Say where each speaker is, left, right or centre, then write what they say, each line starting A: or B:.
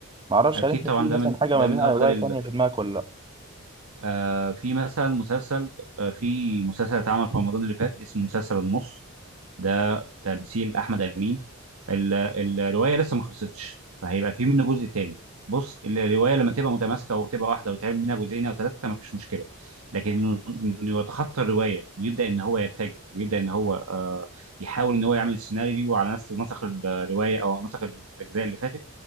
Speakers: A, on the right (about 20°); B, on the right (about 80°).
A: معرفش
B: اكيد
A: هل انت
B: طبعا
A: في
B: ده
A: مثلا
B: من
A: حاجه
B: ده
A: مبنيه
B: من افضل
A: على روايه
B: ال...
A: تانيه في دماغك ولا لا
B: آه في مثلا مسلسل آه في مسلسل اتعمل في رمضان اللي فات اسمه مسلسل النص ده تمثيل احمد امين ال- ال- الروايه لسه ما خلصتش فهيبقى في منه جزء تاني بص الروايه لما تبقى متماسكه وتبقى واحده وتعمل منها جزئين او ثلاثه ما فيش مشكله لكن انه إنه يتخطى الروايه ويبدا ان هو يرتجل ويبدا ان هو آه يحاول ان هو يعمل سيناريو على نفس نسق الروايه او نسق الاجزاء اللي فاتت